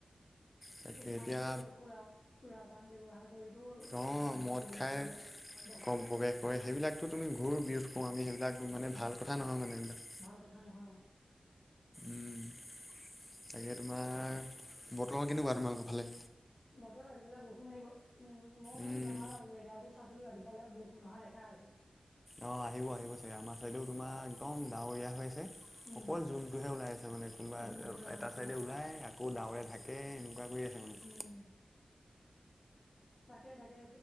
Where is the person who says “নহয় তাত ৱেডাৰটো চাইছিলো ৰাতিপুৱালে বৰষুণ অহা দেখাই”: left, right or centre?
Left